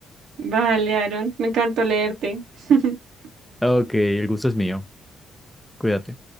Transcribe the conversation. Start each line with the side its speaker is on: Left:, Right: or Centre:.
Right: Vale, Aaron, me encantó leerte. <laughs>
Centre: Ok, el gusto es mío. Cuídate.